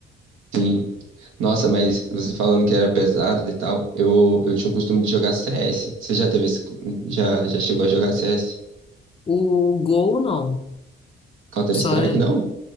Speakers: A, on the right; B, on the left.
A: sim. Nossa, mas você falando que era pesado e tal, eu, eu tinha o costume de jogar CS. Você já teve esse, cu- já, já chegou a jogar CS?
B: O Gol, não.
A: Counter-Strike,
B: Só.
A: não?